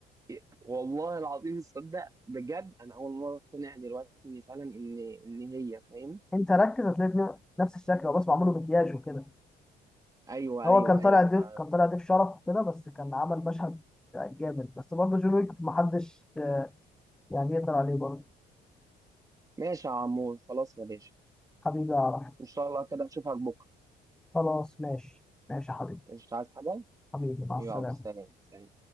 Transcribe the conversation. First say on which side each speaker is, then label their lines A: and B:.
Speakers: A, on the right; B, in the centre.
A: إيه، والله العظيم تصدق بجد انا اول مره اقتنع دلوقتي ان فعلا ان ان هي فاهم
B: انت ركز هتلاقي اتنين نفس الشكل هو بس معمول له مكياج وكده
A: ايوه
B: هو
A: ايوه
B: كان
A: ايوه
B: طالع ضيف
A: انا
B: كان طالع ضيف شرف وكده بس كان عمل مشهد آه، جامد بس برضه جون ويك محدش آه، يعني يقدر عليه برضه
A: ماشي يا عمور خلاص يا باشا
B: حبيبي اعرف
A: ان شاء الله كده اشوفك بكره
B: خلاص ماشي ماشي يا حبيبي
A: مش عايز حاجه
B: حبيبي مع
A: يلا
B: السلامه
A: سلام سلام